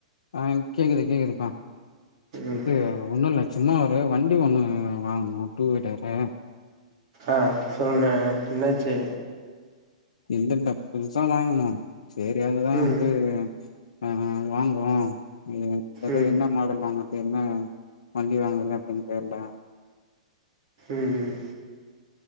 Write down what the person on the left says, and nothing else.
ஆ கேக்குது கேக்குதுப்பா
இது ஒன்னும் இல்ல சும்மா ஒரு வண்டி ஒன்னு வாங்குணோம் டூவீல்லரு
இல்ல இல்ல புதுசா வாங்குனோம் சேரி அதுதா
வந்து ஆ வாங்குவோம் ஏது
என்ன மாடல் வாங்க என்ன வண்டி வாங்குறது அப்டின்னு தெர்ல